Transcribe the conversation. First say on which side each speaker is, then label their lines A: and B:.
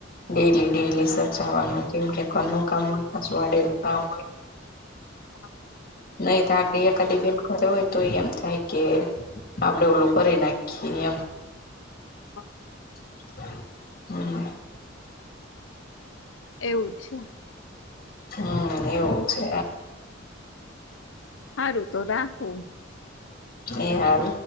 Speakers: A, on the left; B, on the left.
A: ડેલી ડેલી
B: હા,
A: સચાવવાનું કેમ કે કોનું કામ હોય પાછ વાડેલું કામ હોય
B: હા
A: નહી તો આ એક કદી બેન ખરે હોયને તો એમ થાય કે આપડે ઓલું કરી નાખીએ એમ
B: હા,
A: હમ
B: એવું છે
A: હમ એવું છે
B: હારું તો રાખું
A: એ હાલ